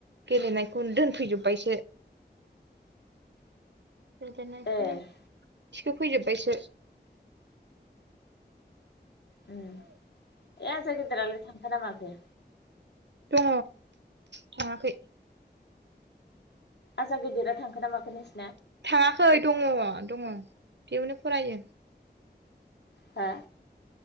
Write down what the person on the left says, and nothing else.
ए
उम ए आ ज गिदिरालाय थांख नामाखो।
आजा गेदिरा थांखोना माखो नोंसिना?
हा